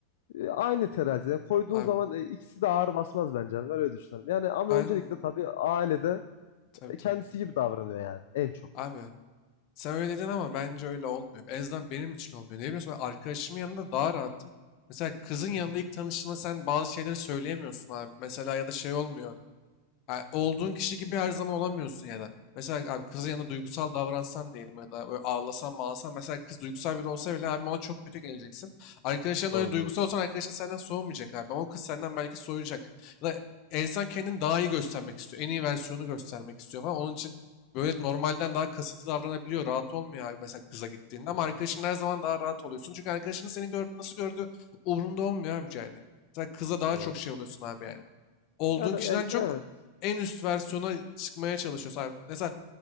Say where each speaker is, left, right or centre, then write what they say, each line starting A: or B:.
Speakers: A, on the left (about 70°); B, on the left (about 50°).
A: e, Aynı teraziye koyduğun
B: Abi
A: zaman e, ikisi de ağır basmaz bence. Yani ben öyle düşünüyorum. Yani ama
B: ben
A: öncelikle tabii ailede
B: tabii
A: e,
B: tabii.
A: kendisi gibi davranıyor yani en çok.
B: Abi sen öyle dedin ama bence öyle olmuyor. En azından benim için olmuyor. Ne biliyorsun ben arkadaşımın yanında daha rahatım Mesela kızın yanında
A: Hı hı,
B: ilk tanıştığında sen bazı şeyleri söyleyemiyorsun abi. Mesela ya da şey olmuyor. Ha, olduğun
A: hı hı.
B: kişi gibi her zaman olamıyorsun ya da. Mesela abi kızın yanında duygusal davransan diyelim ya da böyle ağlasan mağlasan. Mesela kız duygusal biri olsa bile abi ona çok kötü geleceksin. Arkadaşların
A: Doğru
B: öyle duygusal
A: doğru.
B: olsan arkadaşın senden soğumayacak abi. Ama o kız senden belki soğuyacak. Ya da insan kendini daha iyi göstermek istiyor. En iyi versiyonu göstermek istiyor falan. Onun için böyle normalden daha kasıntı davranabiliyor. Rahat olmuyor abi mesela kıza gittiğinde.
A: Hı
B: Ama arkadaşın
A: hı,
B: her zaman daha rahat oluyorsun. Çünkü arkadaşının seni gördüğü nasıl gördüğü umurunda olmuyor abi yani. Mesela kıza daha
A: Doğru.
B: çok şey oluyorsun abi yani olduğun
A: Ya da
B: kişiden
A: e,
B: çok
A: evet.
B: en üst versiyona çıkmaya çalışıyorsun. Abi mesela